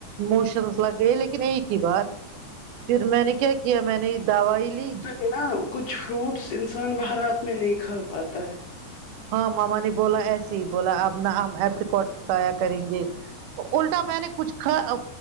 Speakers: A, on the right; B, on the left.
A: موشنس لگ گئے لیکن ایک ہی بار پھر میں نے کیا کیا میں نے دوائی لی
B: ا کچھ فروٹس انسان باہر رات میں نہیں کھا پاتا ہے
A: ہاں ماما نے بولا ایسے ہی بولا اب نہ ہم اپریکاٹ کھا یا کریں گے الٹا میں نے کچھ کھ